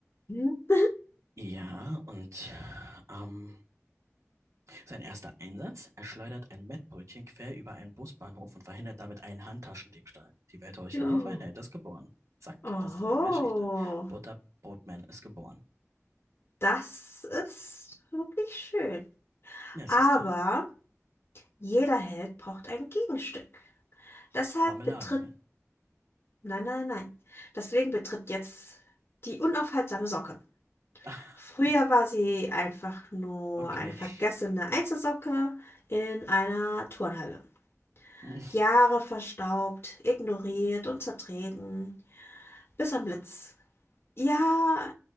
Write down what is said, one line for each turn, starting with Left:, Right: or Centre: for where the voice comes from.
Left: Hm.
Right: Ja, und am sein erster Einsatz? Er schleudert ein Mettbrötchen quer über einen Busbahnhof und verhindert damit einen Handtaschendiebstahl. Die Welt horcht
Left: <laughs>
Right: auf, ein Held ist geboren. Zack,
Left: Oho,
Right: das ist unsere Geschichte. Butterbrotman ist geboren.
Left: das ist wirklich schön.
Right: Ja,
Left: Aber
Right: siehste.
Left: jeder Held braucht ein Gegenstück. Deshalb
Right: Marmeladenman.
Left: betritt, nein, nein, nein. Deswegen betritt jetzt die unaufhaltsame Socke.
Right: Ah,
Left: Früher war sie einfach nur
Right: okay.
Left: eine vergessene
Right: <laughs>
Left: Einzelsocke in einer Turnhalle.
Right: Hm,
Left: Jahre verstaubt, ignoriert und zertreten, bis ein Blitz Ja,